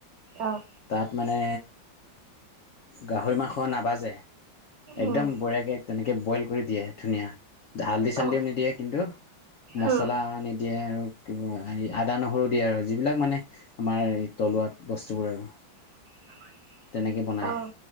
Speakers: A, on the right; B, on the left.
A: অ',
B: তাত মানে গাহৰি মাংস নাভাজে, একদম
A: উম,
B: বঢ়িয়াকে তেনে বইল কৰি দিয়ে ধুনীয়া হালধি চালডিও
A: অ',
B: নিদিয়ে কিন্তু মছলা
A: উম,
B: নিদিয়ে আৰু। এই আদা নহৰু দিয়ে আৰু যিবিলাক মানে আমাৰ থলুৱা বস্তুবোৰ আৰু।
A: <inaudible>
B: তেনেকে বনাই,
A: অ',